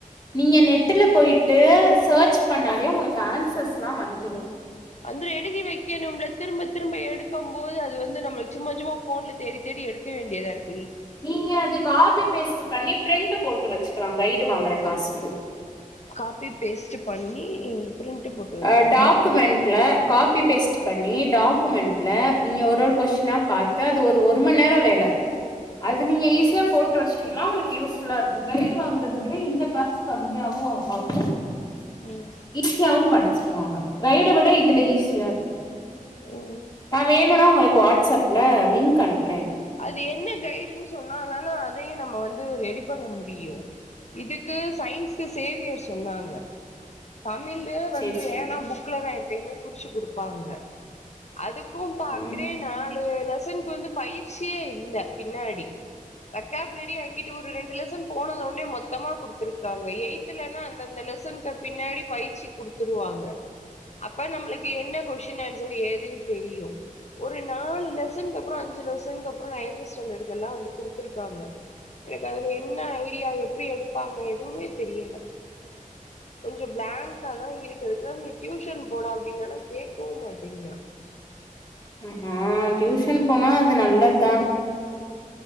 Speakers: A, on the left; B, on the left.
A: நீங்க நெட்டுல போயிட்டு சர்ச் பண்ணாலே உங்களுக்கு ஆன்ஸ் சஸ்லாம் வந்துங்க
B: அந்து எழுதி வைக்கணும்ல திரும்ப திரும்ப எடுக்கும் போது அது வந்து நம்மளுக்கு சும்மா சும்மா போன்ல தேடி தேடி எடுக்க வேண்டியதா இருக்
A: நீங்க அது காபி பேஸ்ட் பண்ணி பிரிண்ட்டு போட்டு வெச்சுக்கலா கைடு வாங்குற காசுக்கு
B: காபி பேஸ்ட்டு பண்ணி பிரிண்ட் போட்டு வைக்கவா?
A: ஆஹ் டாக்குமெண்ட்ல காபி பேஸ்ட் பண்ணி டாக்குமெண்ட்ல நீங்க ஒரு ஒரு ஒரு கொஸ்டினா பாத் அத அது ஒரு மண்ணேர வேல அது
B: ம்
A: நீங்க ஈஸியா போட் ட்டு வெச்சுட்டீங்கன்னா உங்களுக் யூஸ்ஃபுல்லா இருக்கும் கைடு வாங்கிறத விட இந்த காஸ் கம்மியாகு ஆகும்
B: ம்
A: ஈசியாவு படி ஸ்ல்வாங்க கைட விட இதுல ஈஸியா இருக்கு
B: ம்.
A: நா வேனு ன்னா உங்களுக்கு வாட்ஸ்அப்ல லிங்க் அனுப்
B: அது என்ன கைடுன்னு சொன்னா தான அதையு நம்ம வந் து ரெடி பண்ண முடியு இதுக்கு சயின்ஸ்க்கு சேவியர் சொன்னாங்க தமிழு
A: சேரி
B: வந்து
A: சேரி
B: வேணாம் புக்கில தா இருக் எப்பயுமே குறிச்சு குடுப்பாங்க அது துக்கும் பாக்குற
A: ம்
B: நாலு லெச சனுக்கு வந்து பயிற் யிற்ச்சியே இல்ல பின்னாடி வொக்காபிலரியா அங்கிட்டு ஒரு ரெண்டு லெசன் போனதுன்னோ மொத்தமா குடுத்துருக்காங்க எய்த்துலல்லா அந்தந்த லெசனுக்கு அப் பின்னாடி பயிற்சி குடுத்துருவாங்க அப்ப நம்பளுக்கு என்ன கொஸ்சின் ஆன்சர் ஏதுனு தெரியு ஒரு நாலு லெசனுக்கப்புறம் அஞ்சு லெசன் னக்கு அப்புறம் நைன்த் ஸ்டாண்டர்ட்க்கு எல்லா வந்து குடுத்துருக்காங்க எனக்கு அதுல என்ன ஐடியா எப்பிடி எடுப்பாங்க எதுவுமே தெரியல கொஞ்சோ பிளாங்க்கா தா இருக்கு இருக்கிறதுக்கு நீ டியூசன் போடா அப்டின்னாலு கேக்கவு மாட்டீங்கிறா
A: அ ஆஹ் டியூஷன் போனா அது நல்லத் தா